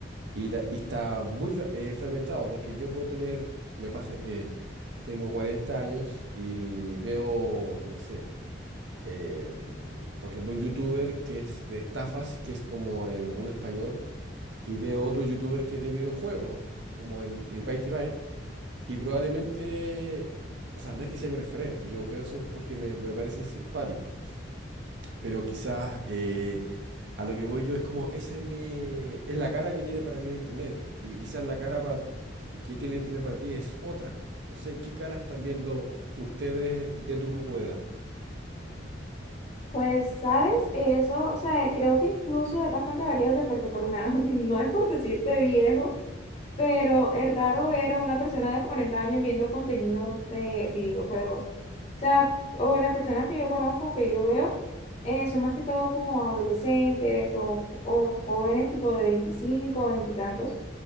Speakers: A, on the right (about 65°); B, on the left (about 35°).
A: Y, ta- y está muy fra- eh, fragmentado porque yo puedo tener, me pasa que tengo 40 años y veo, no sé eh, mm, por ejemplo, un youtuber que es de estafas, que es como el uno español, y veo otro youtuber que es de videojuegos, como el, el Byte y Byte, y probablemente, o sea, no es que sea mi referente, yo veo eso porque me, me parecen simpáticos, pero quizás eh, a lo que voy yo es como, ese es mi, es la cara que tiene para mí el internet, y quizás la cara pa- que tiene el internet para ti es otra. No sé, ¿qué cara están viendo ustedes de tu grupo de edad?
B: Pues, ¿sabes? Eso, o sea, creo que incluso es bastante variable porque por lo menos <laughs> no es por decirte viejo pero es raro ver a una persona de 40 años viendo contenido de videojuegos. O sea, o las personas que yo conozco, que yo veo, eh, son más que todo como adolescentes o, o jóvenes tipo de 25, veintitantos.